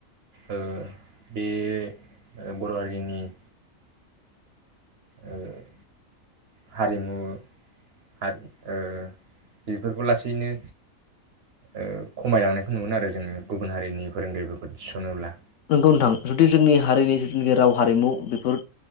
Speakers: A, on the right; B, on the left.
A: ओ बे ओ बर' हारिनि <inaudible> ओं। <inaudible> हारिमु हाद ओ बेफोरखौ लासैनो ओ खमायलांनायखौ नुगोन आरो जोङो गुबुन हारिनि फोरोंगिरिफोरखौ थिस'नोब्ला।
B: नोंगौ नोंथां जुदि जोंनि हारिनि जिथुनाखि राव हारिमु बेफोर